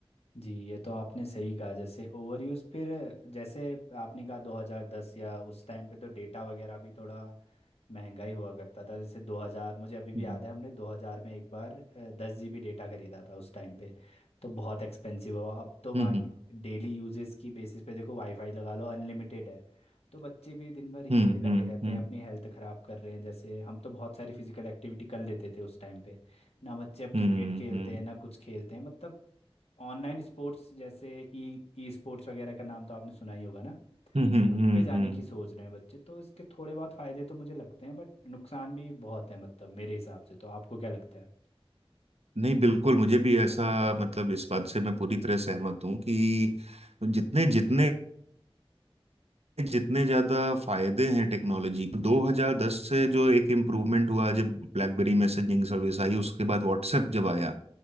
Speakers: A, on the left (about 80°); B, on the right (about 85°).
A: जी ये तो आपने सही कहा जैसे ओवर यूज़ फिर जैसे आपने कहा 2010 या उस टाइम पे तो डेटा वगैरह भी थोड़ा महंगा ही हुआ करता था जैसे 2000 मुझे अभी भी
B: हम्म।
A: याद है हमने 2000 में एक बार दस जीबी डेटा खरीदा था उस टाइम पे तो बहुत एक्सपेंसिव हुआ अब तो भाई
B: हम्म
A: डेली यूजेस की बेसिस पे देखो वाईफाई लगा लो अनलिमिटेड है तो बच्चे भी दिन भर इसी
B: हम्म
A: पे लगे
B: हम्म
A: रहते
B: हम्म
A: हैं अपनी हेल्थ खराब कर रहे हैं जैसे हम तो बहुत सारी फिजिकल एक्टिविटी कर लेते थे उस टाइम पे ना बच्चे अब
B: हम्म
A: क्रिकेट खेलते
B: हम्म
A: हैं ना कुछ खेलते हैं मतलब ऑनलाइन स्पोर्ट्स जैसे ई ई स्पोर्ट्स वगैरह का नाम तो आपने सुना ही होगा ना
B: हम्म हम्म,
A: उस
B: हम्म।
A: पे जाने
B: हम्म।
A: की सोच रहे हैं बच्चे तो इसके थोड़े बहुत फायदे तो मुझे लगते हैं बट नुकसान भी बहुत है मतलब मेरे हिसाब से तो आपको क्या लगता है
B: नहीं बिल्कुल मुझे भी ऐसा मतलब इस बात से मैं पूरी तरह सहमत हूँ कि जितने जितने जितने ज्यादा फायदे हैं टेक्नोलॉजी 2010 से जो एक इम्प्रूवमेंट हुआ जब ब्लैकबेरी मैसेजिंग सर्विस आई उसके बाद व्हाट्सएप जब आया